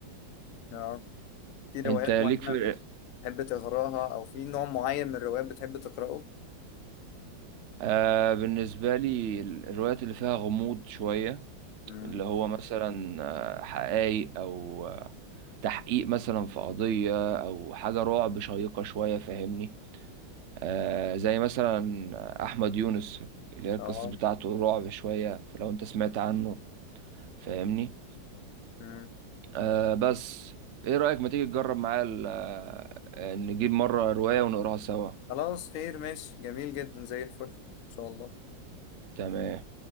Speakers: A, on the left (about 70°); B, on the right (about 55°).
A: اه في روايات
B: أنت ليك
A: معينه
B: في
A: بتحب تقراها او في نوع معين من الروايات بتحب تقراه
B: آه بالنسبة لي ال- الروايات اللي فيها غموض شوية
A: مم.
B: اللي هو مثلا آه، حقايق أو آه، تحقيق مثلا في قضية أو حاجة رعب شيقة شوية فاهمني آه زي مثلا آه، أحمد يونس اللي هي القصص
A: اه
B: بتاعته رعب شوية لو أنت سمعت عنه فاهمني
A: مم.
B: آه بس إيه رأيك ما تيجي تجرب معايا ال- آه، آه، نجيب مرة رواية ونقراها سوا
A: خلاص خير ماشي جميل جدا زي الفل ان شاء الله
B: تمام